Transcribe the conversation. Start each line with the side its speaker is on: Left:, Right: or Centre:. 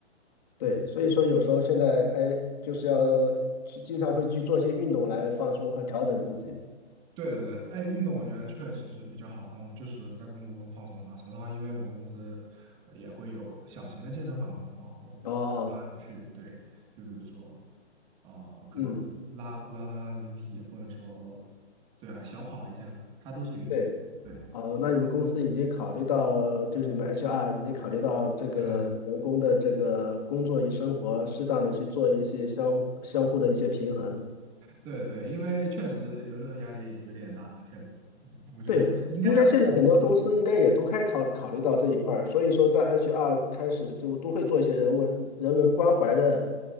Left: 对，所以说有时候现在哎，就是要去经常会去做一些运动来放松和调整自己。
Right: 对对对，哎，运动我觉得确实是比较好放，就是在工作中放松放松。然后因为我们公司也会有小型的健身房嘛，然后你拉你去，
Left: 哦，
Right: 对，就比如说呃，可能拉拉拉引体，
Left: 嗯，
Right: 或者说对啊，小跑一下，它都是允许的。
Left: 对。
Right: 对，
Left: 哦，那你们公司已经考虑到，就是你们 HR 已经考虑到这个员工的这个工作与生活，
Right: <laughs>
Left: 适当的去做一些相相互的一些平衡。
Right: 对对，因为确实有的时候压力有点大，确实，嗯我觉得应该要考虑。
Left: 对，应该现在很多公司应该也都开考考虑到这一块儿，所以说在 HR 开始就都会做一些人文人文关怀的